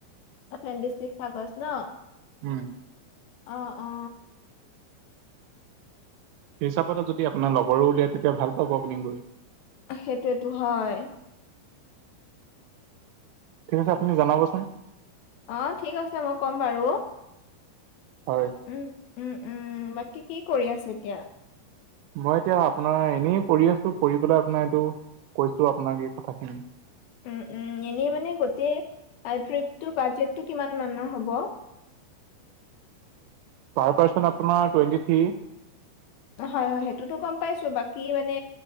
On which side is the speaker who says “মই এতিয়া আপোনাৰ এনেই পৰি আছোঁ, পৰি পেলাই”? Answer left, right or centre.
Right